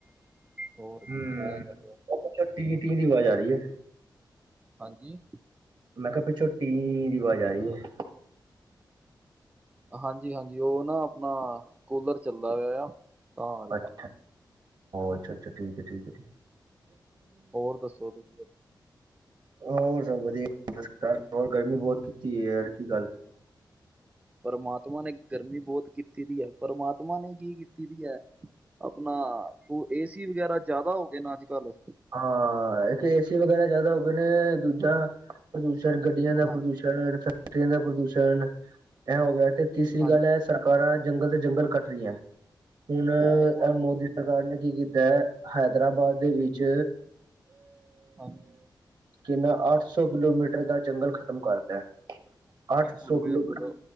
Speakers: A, on the right; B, on the right.
A: ਹੋਰ ਕੀ
B: ਹਮ।
A: ਵਧੀਆ ਗੱਲ ਆ
B: ਛਾ ਟੀ-ਟੀ ਦੀ ਆਵਾਜ਼ ਆ ਰਹੀ ਹੈ।
A: ਹਾਂਜੀ।
B: ਮੈਂ ਕਿਹਾ ਪਿੱਛੋ ਟੀ ਦੀ ਆਵਾਜ਼ ਆ ਰਹੀ ਹੈ।
A: ਹਾਂਜੀ-ਹਾਂਜੀ ਉਹ ਨਾ ਆਪਣਾ ਕੂਲਰ ਚੱਲਦਾ ਗਿਆ ਆ। ਤਾਂ ਆ ਰਹੀਏ।
B: ਅੱਛਾ, ਅੱਛਾ-ਅੱਛਾ ਠੀਕ ਹੈ ਠੀਕ-ਠੀਕ
A: ਹੋਰ ਦੱਸੋ ਤੁਸੀਂ
B: ਹੋਰ ਸਭ ਵਧੀਆ ਸਤ ਸ਼੍ਰੀ ਅਕਾਲ। ਹੋਰ ਗਰਮੀ ਬਹੁਤ ਕੀਤੀ। ਯਾਰ ਕੀ ਗੱਲ
A: ਪਰਮਾਤਮਾ ਨੇ ਗਰਮੀ ਬਹੁਤ ਕੀਤੀ ਦੀ ਹੈ। ਪ੍ਰਮਾਤਮਾ ਨੇ ਕੀ ਕੀਤੀ ਦੀ ਹੈ। ਆਪਣਾ ਤ ਏ ਸੀ ਵਗੈਰਾ ਜ਼ਿਆਦਾ ਹੋ ਗਏ ਨਾ ਅੱਜ ਕੱਲ੍ਹ
B: ਹਾਂ। ਇੱਕ ਏ ਸੀ ਵਗੈਰਾ ਜ਼ਿਆਦਾ ਹੋ ਗਏ ਨੇ। ਦੂਜਾ ਪ੍ਰਦੂਸ਼ਣ ਗੱਡੀਆਂ ਦਾ
A: ਹਾਂਜੀ
B: ਪ੍ਰਦੂਸ਼ਣ ਫਕਟਰੀਆਂ ਦਾ ਪ੍ਰਦੂਸ਼ਣ, ਇਹ ਹੋ ਗਿਆ ਤੇ ਤੀਸਰੀ
A: ਹਾਂਜੀ
B: ਗੱਲ ਹੈ।
A: ਹਾਂਜੀ
B: ਸਰਕਾਰਾਂ ਜੰਗਲ ਤੇ ਜੰਗਲ ਕੱਟ ਰਹੀਆਂ। ਹੁਣ,
A: ਬਿਲਕੁਲ
B: ਮੋਦੀ
A: ਬਿਲਕੁਲ
B: ਸਰਕਾਰ ਨੇ ਕੀ ਕੀਤਾ ਹੈ। ਹੈਦਰਾਬਾਦ ਦੇ ਵਿੱਚ ਚ
A: ਹਾਂਜੀ।
B: ਕਿੰਨਾ ਅੱਠ ਸੌ ਕਿਲੋਮੀਟਰ ਦਾ ਜੰਗਲ ਖ਼ਤਮ ਕਰਤਾ। ਅੱਠ
A: ਬਿਲਕੁਲ
B: ਸੌ ਕਿਲੋਮੀਟਰ
A: ਬਿਲਕੁਲ